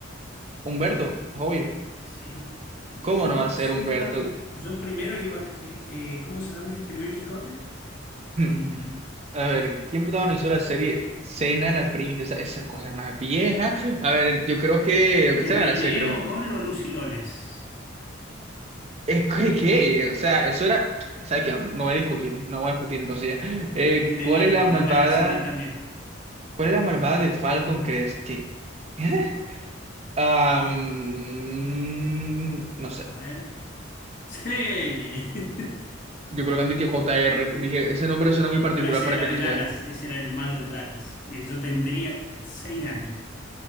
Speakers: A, on the right; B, on the left.
A: Humberto, es obvio.
B: Sí. Mariano
A: ¿Cómo no va
B: José
A: a ser Humberto?
B: de Larra. Yo primero iba, eh, eh, ¿cómo se llama el que escribió el Quijote?
A: <laughs>
B: Eh,
A: A ver, ¿quién protagonizó la serie Cena la princesa? Esas cosas más viejas. A ver, yo creo que... Esta
B: ¿Es René
A: me la sé, creo.
B: O'Connor o Lucy Loles?
A: Es que, ¿qué? O sea, eso era... ¿Sabes qué? No, no voy a discutir, no voy a discutir entonces ya. Eh,
B: Es de
A: ¿cuál
B: viejo,
A: es la malvada?
B: no me hagas sentir tan viejo.
A: ¿Cuál es la malvada de Falcon, crees? que <laughs> Am, no sé.
B: A ver. Sí. <laughs>
A: Yo creo que antes que JR. Dije, ese nombre suena muy particular
B: No, ese
A: para
B: era
A: que
B: de
A: no sea.
B: Dallas, ese era el malo de Dallas. Eh, Yo tendría seis años.